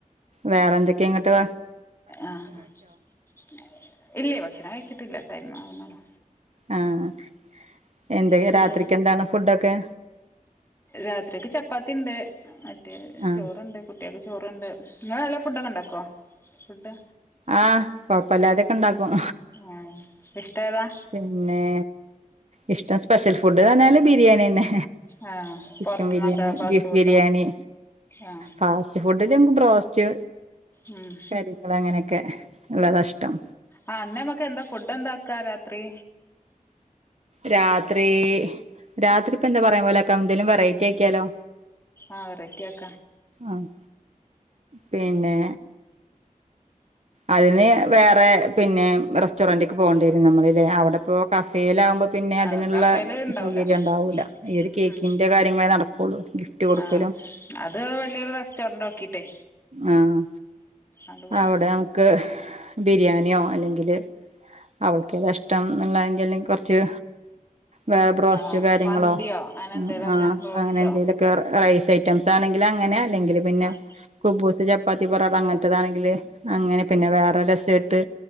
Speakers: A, on the right; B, on the left.
A: വേറെന്തൊക്കെയ ഇങ്ങോട്ട്
B: ആഹ് ആഹ് ഇല്ലേയ് ഭക്ഷണം കഴിച്ചിട്ടില്ല ടൈം ആവുന്നളൂ
A: ആഹ് എന്ത
B: പിന്നെ
A: രാത്രിക്ക് എന്താണ് ഫുഡൊക്കെ
B: രാത്രിക്ക് ചപ്പാത്തിണ്ട് മറ്റേ
A: ആഹ്
B: ചോറുണ്ട് കുട്ട്യാക്ക് ചോറ്ണ്ട് ഇങ്ങള് നല്ല ഫുഡൊക്കെ ഉണ്ടാക്കോ ഫുഡ്
A: ആഹ് കൊഴപ്പല്ലാതെയൊക്കെ ഉണ്ടാക്കും
B: ആ ഇഷ്ടം ഏതാ
A: പിന്നെ ഇഷ്ടം സ്പെഷ്യൽ ഫുഡ്ന്ന്റഞ്ഞാല് ബിരിയാണിയന്നെ
B: ആ
A: ചിക്കൻ
B: പുറത്തുന്നൊക്കെ
A: biryani
B: fast
A: beef
B: food
A: biryani
B: ആ
A: ഫാസ് റ്റ് ഫുഡില് ഇൻക്ക് ബ്രാസ്റ്റ്
B: ഉം
A: കാര്യങ്ങള് അങ്ങനെക്കെഇള്ളതാ ഇഷ്ടം
B: ആഹ് അന്നമ്മക്കെന്താ ഫുഡ് എന്താ വെക്കാ രാത്രി
A: രാത്രി, രാത്രി ഇപ്പന്താ പറഞ്ഞ പോലെ ക്കാ എന്തേലും വെറൈറ്റി ആക്കിയാലോ
B: ആഹ് വെറൈറ്റി ആ
A: ആഹ് പിന്നെ അതിന് വേറെ പിന്നെ റെസ്റ്റോറന്റ്ക്ക് പോണ്ടിയരും നമ്മള്ല്ലേ അവടെപ്പോ കഫേയിലാകുമ്പോ പിന്നെ അതിന്ള്ള
B: ആ കഫേല് ഉണ്ടാവൂല
A: സൗകര്യം ഇണ്ടാവൂല്ല ഈ ഒര്
B: ഉം
A: കേക്കിന്റെ കാര്യങ്ങളേ നടക്കൊള്ളൂ ഗിഫ്റ്റ് കൊട്ക്കലും
B: ആഹ് അത് വല്യൊരു റെസ്റ്റോറന്റ് നോക്കിട്ടെ
A: ആഹ്
B: ആണ്ട് പോവാ
A: അവടെ നമുക്ക് ബിരിയാണിയോ അല്ലെങ്കില് അവൾക്കെതാ ഇഷ് ടം ഇന്ന്ള്ളങ്കില് കൊർച്ച് വേറെ ബ്രോസ്റ്റ്
B: ആഹ്
A: കാര്യങ്ങളോ
B: മന്തിയോ അങ്ങനെ
A: ഹ്മ്മ്
B: എന്തേലൊക്കെ
A: ആഹ്
B: ബ്രോസ്റ്റോ
A: അങ്ങനെ എന്തെലൊക്കെ റൈസ് ഐറ്റംസ് സാണെങ്കില് അങ്ങനെ അല്ലെങ്കിൽ പിന്നെ
B: ആഹ്
A: കുബൂസ് ചപ്പാത്തി പൊറട അങ്ങനൻത്തതാണെങ്കില് അങ്ങനെ പിന്നെ വേറെ രസായിട്ട്